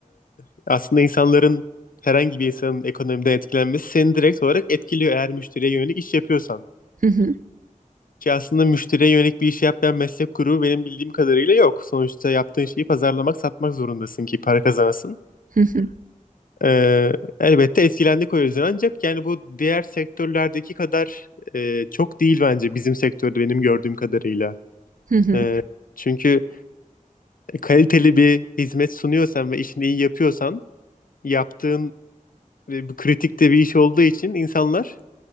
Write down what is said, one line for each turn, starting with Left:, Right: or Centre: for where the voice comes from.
Left: e, aslında insanların herhangi bir insanın ekonomiden etkilenmesi seni direkt olarak etkiliyor eğer müşteriye yönelik iş yapıyorsan.
Right: Hı hı,
Left: Ki aslında müşteriye yönelik bir iş yapmayan meslek grubu benim bildiğim kadarıyla yok. Sonuçta yaptığın şeyi pazarlamak, satmak zorundasın ki para kazanasın.
Right: hı hı,
Left: Ee, elbette etkilendik o yüzden ancak yani bu diğer sektörlerdeki kadar e, çok değil bence bizim sektörde benim gördüğüm kadarıyla.
Right: hı hı.
Left: Ee, çünkü kaliteli bir hizmet sunuyorsan ve işini iyi yapıyorsan yaptığın e, bu kritikte bir iş olduğu için insanlar